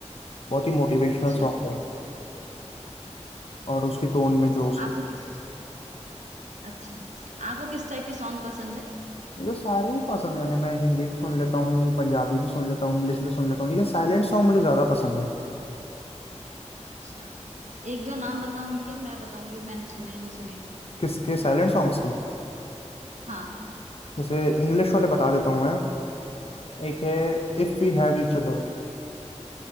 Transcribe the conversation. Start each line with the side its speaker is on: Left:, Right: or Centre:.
Left: बहुत ही मोटिवेशनल
Right: अच्छा
Left: सॉन्ग है और उसकी टोन में जो उसकी
Right: आपको किस अच्छा आपको किस टाइप के सॉन्ग पसंद है
Left: मुझे सारे ही पसंद है यानी मैं हिंदी भी सुन लेता हूँ पंजाबी भी सुन लेता हूँ इंग्लिश भी सुन लेता हूँ लेकिन साइलेंट सॉन्ग मुझे ज्यादा पसंद है
Right: अच्छा एक दो नाम बताओ उनके मैं बताऊंगी मैंने सुने या नहीं सुने
Left: किसके साइलेंट सॉन्ग्स के
Right: हाँ
Left: जैसे इंग्लिश वाले बता देता हूँ मैं एक है If we have each other